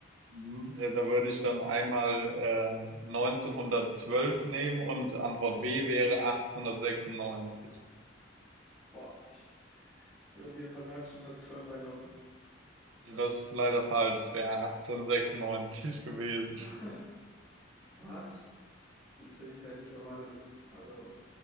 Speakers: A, on the right (about 90°); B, in the centre.
A: Mhm, äh, Da würde ich dann einmal ähm, 1912 nehmen und Antwort B wäre 1896.
B: Boah, ich würde auf jeden Fall neunzehnhundertzwölf einloggen.
A: Das ist leider falsch, es wäre 1896 <laughs> gewesen.
B: <laughs> Was? Alles hätte ich ja nicht erwartet. Also,